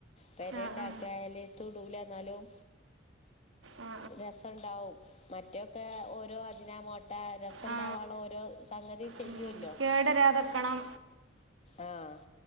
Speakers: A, on the left; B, on the right.
A: പെരേ
B: ആ
A: ഇണ്ടാക്കായാല്
B: ആ
A: തുടൂല എന്നാലും
B: ആ
A: രസം ഇണ്ടാവും മറ്റെ ഒക്കെ ഓരോ അജിനാ മോട്ട രസംണ്ടാവള്ള
B: ആ ആ
A: ഓരോ സംഗതി ചെയ്യു
B: ഉം.
A: ല്ലോ
B: കേടരാതെക്കണം
A: ആഹ്